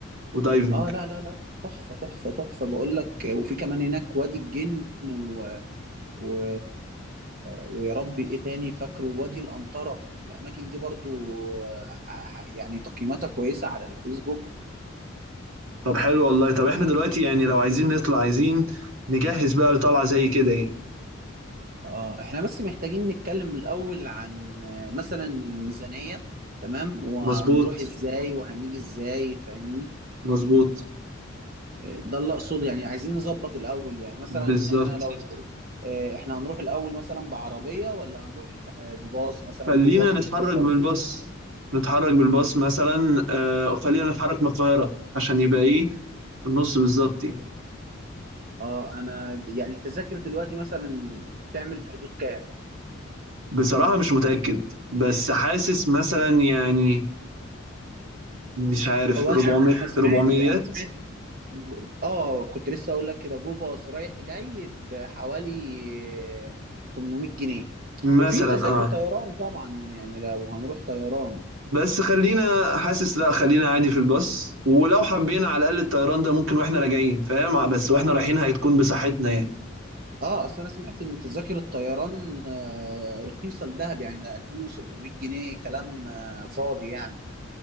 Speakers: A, on the right; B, on the right.
A: ودايفنج
B: اه لا لا لا تحفة تحفة تحفة بقول لك آه، وفي كمان هناك وادي الجن و... و... ويا ربي ايه تاني فاكره وادي القنطرة الاماكن دي برضو آه، ع- يعني تقييماتها كويسة على الفيسبوك
A: طب حلو والله طب احنا دلوقتي يعني لو عايزين نطلع عايزين نجهز بقى لطلعه زي كده يعني
B: اه احنا بس محتاجين نتكلم الاول عن آه، مثلا الميزانية تمام وهنروح
A: مظبوط
B: ازاي وهنيجي ازاي فاهمني
A: مظبوط
B: ده اللي اقصده يعني عايزين نظبط الاول يعني مثلا
A: بالظبط
B: احنا لو آه، احنا هنروح الاول مثلا بعربيه ولا هنروح آه، بباص مثلا
A: خلينا
B: جو باص
A: نتحرك
B: وبلو باص
A: بالباص نتحرك بالباص مثلا آه خلينا نتحرك من القاهرة عشان يبقى ايه النص بالظبط يعني
B: اه انا د- يعني التذاكر دلوقتي مثلا تعمل في حدود كام
A: بصراحة مش متأكد بس حاسس مثلا يعني مش عارف
B: هو
A: 400
B: انا انا سمعت
A: 400
B: انا سمعت اه كنت لسه اقول لك كده جو باص رايح جاي بحوالي آه، 800 جنيه
A: مثلا
B: وفي تذاكر
A: اه
B: طيران طبعا يعني لو هنروح طيران
A: بس خلينا حاسس لا خلينا عادي في الباص ولو حبينا على الأقل الطيران ده ممكن واحنا راجعين فاهم بس واحنا رايحين
B: آه.
A: هتكون بصحتنا يعني
B: اه اصل انا سمعت ان تذاكر الطيران آه، رخيصه لدهب يعني ده 2700 جنيه كلام آه، فاضي يعني